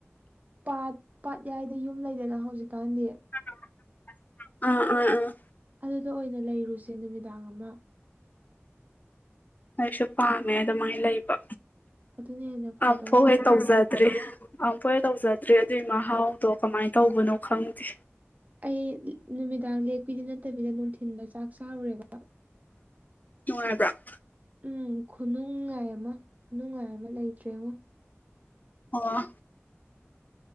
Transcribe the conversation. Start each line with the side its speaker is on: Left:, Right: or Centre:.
Right: ꯄꯥꯠ ꯄꯥꯠꯌꯥꯏꯗ ꯌꯨꯝ ꯂꯩꯗꯅ ꯍꯧꯖꯤꯛꯀꯥꯟꯗꯤ
Left: ꯑ ꯑ ꯑ
Right: ꯑꯗꯨꯗ ꯑꯣꯏꯅ ꯂꯩꯔꯨꯁꯦ ꯅꯨꯃꯤꯗꯥꯡ ꯑꯃ
Left: ꯑꯩꯁꯨ ꯄꯥꯝꯃꯦ ꯑꯗꯨꯃꯥꯏꯅ ꯂꯩꯕ
Right: ꯑꯗꯨꯅ ꯍꯦꯟꯅ ꯐꯗꯧ
Left: ꯑꯃꯨꯛꯐꯥꯎ
Right: ꯃꯥꯜꯂꯤꯉꯣ
Left: ꯍꯦꯛ ꯇꯧꯖꯗ ꯇ꯭ꯔꯦ ꯑꯐꯣꯏ ꯇꯧꯖꯗ꯭ꯔꯦ ꯑꯗꯨꯏ ꯃꯍꯥꯎꯗꯣ ꯀꯃꯥꯏꯅ ꯇꯧꯕꯅꯣ ꯈꯪꯗꯦ
Right: ꯑꯩ ꯅꯨꯃꯤꯗꯥꯡ ꯂꯦꯛꯄꯤꯗꯤ ꯅꯠꯇꯕꯤꯗ ꯅꯨꯡꯊꯤꯟꯗ ꯆꯥꯛ ꯆꯥꯎꯔꯦꯕ
Left: <inaudible> ꯅꯨꯉꯥꯏꯕꯔꯣ
Right: ꯎꯝ ꯈꯨꯅꯨꯡꯉꯥꯏ ꯑꯃ ꯈꯨꯅꯨꯡꯉꯥꯏ ꯑꯃ ꯂꯩꯇ꯭ꯔꯦ ꯏꯉꯣ
Left: ꯑꯣ